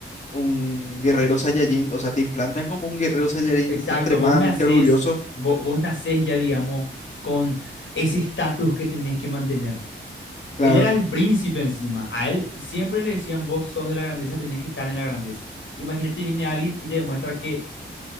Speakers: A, on the left; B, on the left.
A: un guerrero Saiyajin, o sea, te implantan como un guerrero Saiyajin
B: Exacto,
A: extremadamente
B: vos nacés,
A: orgulloso,
B: vo- vos, nacés ya, digamos, con ese estatus que tenés que mantener.
A: claro.
B: Él era el príncipe encima. A él siempre le decían, vos sos de la grandeza, tenés que estar en la grandeza. Imagínate, viene alguien y te demuestra que